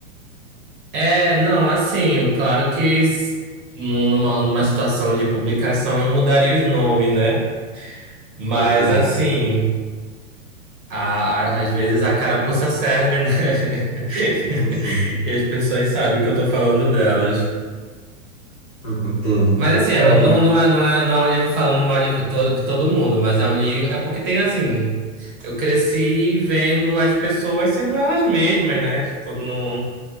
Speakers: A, on the right; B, on the left.
A: é, não, assim, eu- claro que s- nu- numa, numa situação de publicação eu mudaria os nomes, né? Mas
B: <laughs> Com certeza.
A: assim, a, a- às vezes a carapuça serve, né? <laughs>
B: Sim, sim.
A: E as pessoas sabem que eu tô falando delas.
B: Uhum, Entendo.
A: Mas assim, é,
B: É uma-
A: não, não é, não é, não é um livro falando mal de, to- de todo mundo, mas é um livro. É porque tem assim. Eu cresci vendo as pessoas sendo elas mesmas, né? Tipo, não,